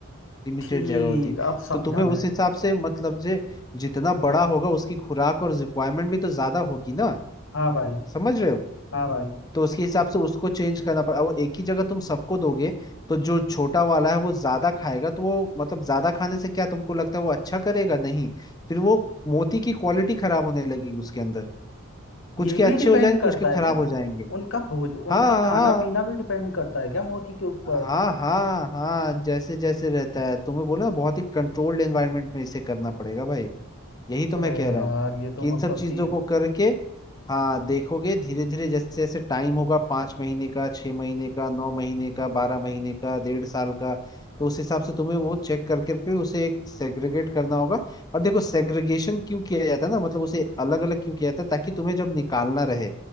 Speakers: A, on the left; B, on the left.
A: लिमिटेड
B: ठीक
A: जगह होती है
B: अब समझा
A: तो तुम्हें
B: मैं
A: उस हिसाब से मतलब जे जितना बड़ा होगा उसकी खुराक और रिक्वायरमेंट भी तो ज्यादा होगी ना
B: हाँ भाई
A: समझ रहे हो
B: हाँ भाई
A: तो उसके हिसाब से उसको चेंज करना पड़ा और एक ही जगह तुम सबको दोगे तो जो छोटा वाला है वो ज्यादा खाएगा तो वो मतलब ज्यादा खाने से क्या तुमको लगता है वो अच्छा करेगा नहीं फिर वो मोती की क्वालिटी खराब होने लगेगी उसके अंदर कुछ
B: ये
A: के
B: भी
A: अच्छे
B: डिपेंड
A: हो जाएंगे
B: करता
A: कुछ के खराब
B: है क्या
A: हो जाएंगे
B: उनका भोज
A: हाँ
B: उनका खाना
A: हाँ
B: पीना भी डिपेंड करता है क्या मोदी के ऊपर
A: हाँ हाँ हाँ जैसे जैसे रहता है तुम्हें बोला ना, बहुत ही कंट्रोल्ड एनवायरनमेंट में इसे करना पड़ेगा भाई यही तो
B: अरे
A: मैं कह
B: यार
A: रहा हूँ
B: ये तो
A: कि इन
B: मतलब
A: सब चीजों
B: कि
A: को करके हाँ देखोगे धीरे धीरे जैसे जैसे टाइम होगा पांच महीने का छह महीने का नौ महीने का बारह महीने का डेढ़ साल का तो उस हिसाब से तुम्हें वो चेक कर करके उसे एक सेग्रीगेट करना होगा और देखो सेग्रीगेशन क्यों किया जाता है ना मतलब उसे अलग अलग क्यों किया जाता है ताकि तुम्हें जब निकालना रहे